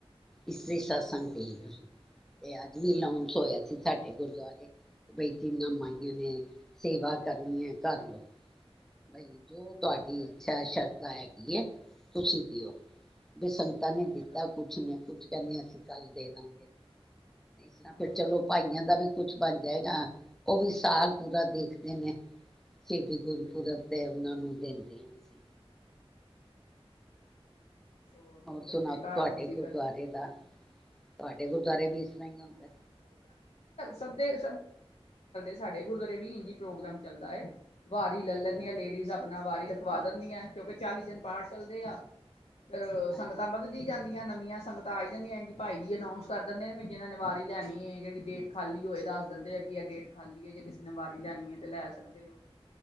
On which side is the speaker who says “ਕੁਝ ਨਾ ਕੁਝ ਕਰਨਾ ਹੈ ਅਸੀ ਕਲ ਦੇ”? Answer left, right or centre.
Centre